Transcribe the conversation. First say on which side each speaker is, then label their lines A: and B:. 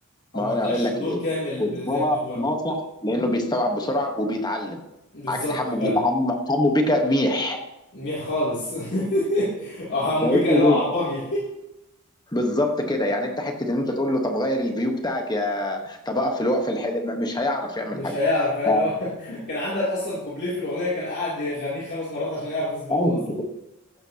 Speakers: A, on the left (about 50°); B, on the left (about 20°).
A: أو
B: ما
A: ما
B: انا
A: طلعش
B: هقول لك
A: بدور
B: ليه
A: كامل
B: كزبره
A: ب- زي كزبرة
B: ناصح لانه بيستوعب بسرعه وبيتعلم
A: بالظبط
B: عكس حمو
A: فعلا
B: بيكا حمو حمو بيكا ميح
A: منيح خالص <laughs> حمو
B: فاهمني
A: بيكا اللي هو عربجي
B: بالظبط كده يعني انت حته ان انت تقول له طب غير الفيو بتاعك يا طب اقف في الوقف الحلو مش هيعرف
A: <laughs>
B: يعمل
A: مش
B: حاجه
A: هيعرف فعلا
B: ف-
A: اللي هو <laughs> كان عندك اصلا كوبليه في الاغنيه كان قاعد يغنيه خمس مرات عشان يعرف يظبطه
B: أيوة،
A: اصلا